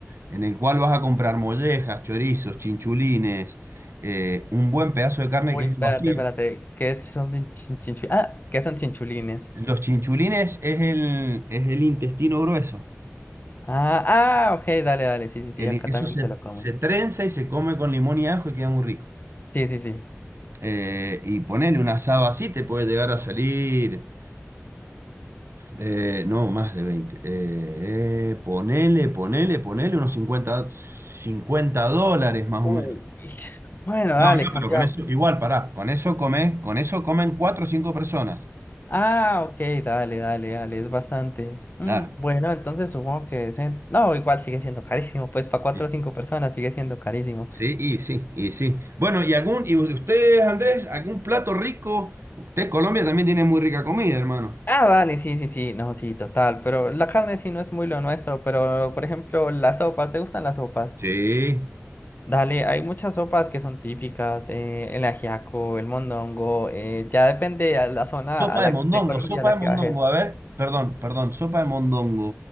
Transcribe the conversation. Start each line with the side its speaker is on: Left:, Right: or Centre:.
Right: en el cual vas a comprar mollejas, chorizos, chinchulines, eh, un buen pedazo de carne
Left: Uy,
Right: que es
Left: espérate,
Right: el vacío.
Left: espérate. ¿Qué son chin- chin- chinchu- Ah, ¿qué son chinchulines?
Right: Los chinchulines es el, es el intestino grueso.
Left: Ah, ah, ok, dale, dale. Sí, sí, sí,
Right: El-
Left: acá
Right: eso
Left: también
Right: se,
Left: se lo comen.
Right: se trenza y se come con limón y ajo y queda muy rico.
Left: Sí, sí, sí.
Right: Eh, y ponele un asado así, te puede llegar a salir. Eh, no, más de veinte Eh, eh, ponele, ponele, ponele unos cincuenta cincuenta dólares más o
Left: Uy,
Right: menos.
Left: bueno, dale,
Right: No, no,
Left: cambia.
Right: pero con eso, igual, pará, con eso comes, con eso comen 4 o 5 personas.
Left: Ah, ok, dale, dale, dale, es bastante. Mm,
Right: Claro.
Left: bueno, entonces supongo que... es en- No, igual sigue siendo carísimo, pues para
Right: Sí,
Left: cuatro o cinco personas sigue siendo carísimo.
Right: sí, y sí, y sí. Bueno, y algún, y ustedes, Andrés, algún plato rico. Usted, Colombia también tiene muy rica comida, hermano.
Left: Ah, dale, sí, sí, sí, no, sí, total, pero la carne sí no es muy lo nuestro, pero por ejemplo, las sopas, ¿te gustan las sopas?
Right: Sí,
Left: Dale, hay muchas sopas que son típicas, eh, el ajiaco, el mondongo, eh, ya depende a la zona
Right: Sopa
Left: a la,
Right: de mondongo,
Left: de Colombia
Right: sopa
Left: a la
Right: de
Left: que
Right: mondongo.
Left: bajes.
Right: A ver, perdón, perdón, sopa de mondongo.